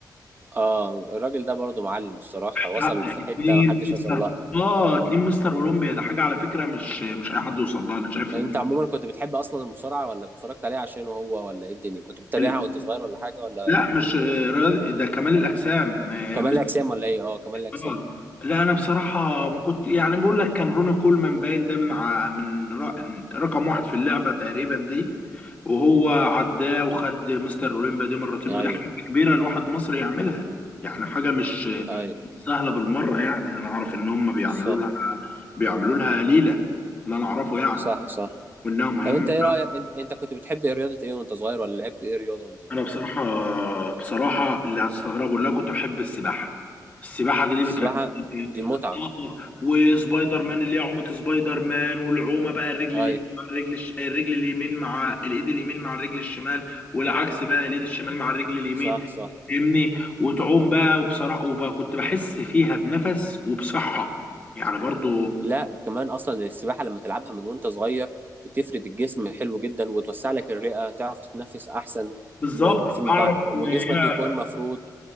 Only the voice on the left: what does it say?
حقق
اتنين
مستر
اه اتنين مستر اولمبيا ده حاجه على فكره مش مش اي حد يوصل لها انا شايف
ان
ال-
لا مش آه، رياضة- ده كمال الاجسام آه،
آه.
لا انا بصراحه ما كنت يعني بقول لك كان روني كولمان باين ده من ع... من ر... رقم واحد في اللعبه تقريبا دي وهو عداه وخد مستر اولمبيا دي مرتين
ودي حاجه كبيره الواحد مصري يعملها يعني حاجه مش
مش سهله بالمره يعني انا اعرف ان هم بيعملوا
لها بيعملوا لها ليله اللي انا اعرفه يعني
وانها مهمه
انا بصراحه بصراحه اللي هتستغربوا اللي انا كنت بحب السباحه السباحه دي
كانت
اه وسبايدر مان اللي هي عومه سبايدر مان والعومه بقى الرجل
اليمين مع الرجل الش... الرجل اليمين مع الايد اليمين مع الرجل الشمال والعكس بقى الايد الشمال مع الرجل اليمين
فاهمني وتعوم بقى وبصراحه وبقى كنت بحس فيها بنفس وبصحه يعني برضو
بالظبط
اعرف
ان هي